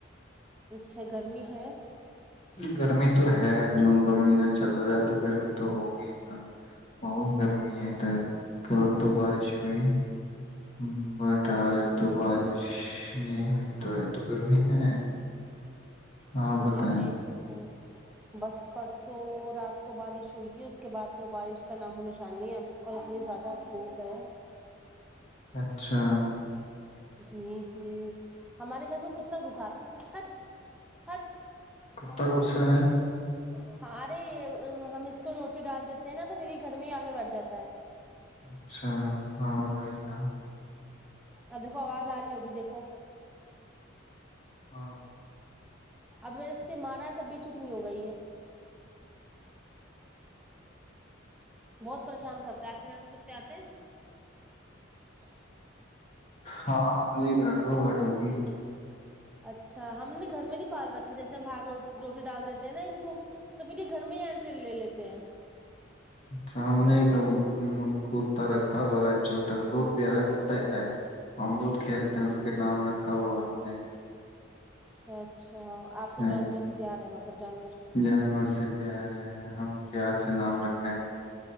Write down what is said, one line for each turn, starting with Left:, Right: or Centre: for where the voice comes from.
Centre: اچھا گرمی ہے
Left: گرمی تو ہے جون کا مہینہ چل رہا ہے تو گرمی تو ہوگی ہی نا بہت گرمی ہے ادھر کل تو بارش ہوئی ہوں بٹ
Centre: اچھا
Left: آج تو بارش نہیں ہوئی تو آ تو گرمی ہے ہاں
Centre: ہمارے
Left: بتائیں
Centre: سائڈ بھی بہت بس پرسوں رات کو بارش ہوئی تھی اس کے بعد تو بارش کا نام و نشان نہیں ہے اور اتنی زیادہ دھوپ ہے
Left: اچھا
Centre: جی جی ہمارے گھر میں کتا گھساتا تھا ہٹ ہٹ
Left: کتا
Centre: کوم کرد
Left: غصہ
Centre: ن
Left: ہے
Centre: کوم کر <unintelligible> ہاں ارے ہم اس کو روٹی ڈال دیتے ہیں نا تو پھر ہی گھر میں ہی آگے بڑھ جاتا ہے
Left: اچھا وہی ہاں
Centre: ا دیکھو آواز آ رہی ہوگی دیکھو
Left: ہاں ہاں
Centre: اب اس کے مارا ہے تب بھی چپ نہیں ہو گئی ہے بہت پریشان کرتے ہے آپ کے گھر میں کتے آتے ہیں
Left: ہاں ہم نے ایک رکھا ہوا ٹوکی
Centre: اچھا ہم نے گھر میں نہیں پال رکھی جیسے ہم باہر روٹی ڈال دیتے ہیں نا ان کو تو پھر یہ گھر میں ہی اینٹری لے لیتے ہیں
Left: سامنے کا کتا رکھا ہوا ہے چھوٹا سا بہت پیارا کرتا ہے اور ہم بہت کھیلتے ہیں اس کے نام رکھا ہوا ہم نے
Centre: اچھا اچھا آپ کو
Left: ہ
Centre: جانوروں سے پیار ہے مطلب جانور
Left: جانور سے پیارے ہے ہم پیار سے نام رکھے ہیں